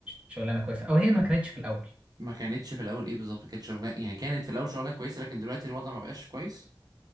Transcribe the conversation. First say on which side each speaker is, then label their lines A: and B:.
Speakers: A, on the right; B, on the right.
A: الشغلانه كويسه او هي ما كانتش في الاول
B: ما كانتش في الاول ايه بالظبط كانت شغلانه يعني كانت في الاول شغلانه كويسه لكن دلوقتي الوضع ما بقاش كويس